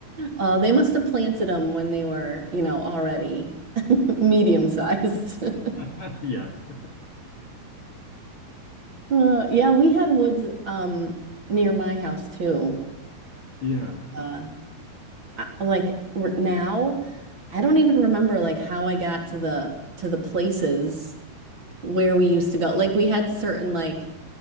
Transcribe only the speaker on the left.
<laughs> yes.
Yeah,